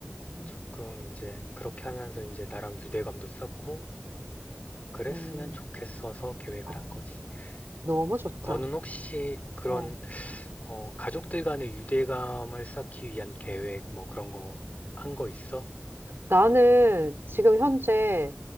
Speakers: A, on the right; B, on the left.
A: 음,
B: 조금 이제 그렇게 하면서 이제 나랑 유대감도 쌓고, 그랬으면
A: 음,
B: 좋겠어서 계획을
A: 아,
B: 한 거지.
A: 너무 좋다.
B: 음, 너는 혹시 그런
A: 어.
B: 어, 가족들 간의 유대감을 쌓기 위한 계획, 뭐 그런 거, 한 거 있어?
A: 나는 지금 현재